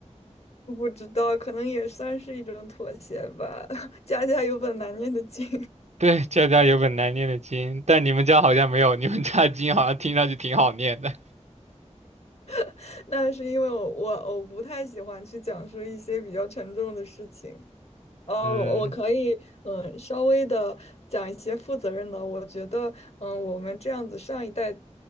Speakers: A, on the left; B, on the right.
A: 不知道，可能也算是一种妥协吧。<laughs> 家家有本难念的经，
B: <laughs> 对，家家有本难念的经，但你们家好像没有，你们家的经好像听上去挺好念的。
A: <laughs> 那是因为我我我不太喜欢去讲述一些比较沉重的事情，呃，
B: 嗯，
A: 我我可以，嗯，稍微的讲一些负责任的。我觉得，嗯，我们这样子上一代